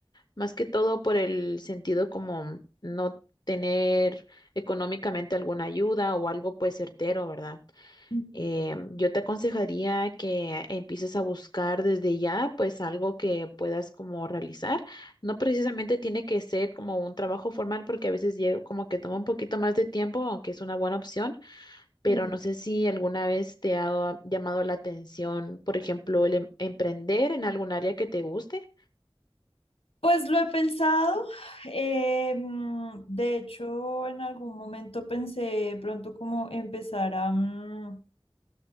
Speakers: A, on the left (about 45°); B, on the left (about 80°).
A: más que todo por el sentido como no tener económicamente alguna ayuda o algo pues certero, ¿verdad?
B: Ujú.
A: Eh, yo te aconsejaría que empieces a buscar desde ya, pues algo que puedas como realizar. No precisamente tiene que ser como un trabajo formal, porque a veces lle- como que toma un poquito más de tiempo, aunque es una buena opción, pero
B: Sí.
A: no sé si alguna vez te ha llamado la atención, por ejemplo, el em- emprender en algún área que te guste.
B: Pues lo he pensado. eh, mm, de hecho, en algún momento pensé pronto como empezar a, mm,